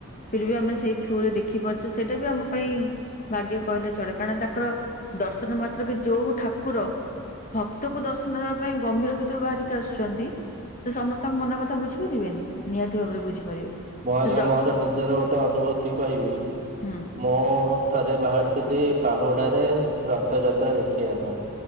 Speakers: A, on the left; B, on the right.
A: ଫିର୍ ବି ଆମେ ସେଇ ଥ୍ରୁରେ ଦେଖିପାରୁଛୁ। ସେଇଟା ବି ଆମ ପାଇଁ ଭାଗ୍ୟ କହିଲେ ଚଳେ। କାରଣ ତାଙ୍କର ଦର୍ଶନ ମାତ୍ରକେ ଯୋଉ ଠାକୁର ଭକ୍ତକୁ ଦର୍ଶନ ଦେବା ପାଇଁ ଗମ୍ଭୀର ଭିତରୁ ବାହାରିକି ଆସୁଚନ୍ତି। ସିଏ ସମସ୍ତଙ୍କ ମନ କଥା ବୁଝିପାରିବେନି। ନିହାତି ଭାବରେ ବୁଝିପାରିବେ,
B: ମୁଁ ଆଜ୍ଞା
A: ସେ ଜଗ୍
B: ମୋର ନିଜର ଗୋଟେ ଅନୁଭୂତି କହିବି।
A: ହୁଁ।
B: ମୁଁ ଥରେ ବାହାରି ଥିଲି ବାହୁଡାରେ ରଥଯାତ୍ରା ଦେଖିଆ ପାଇଁ।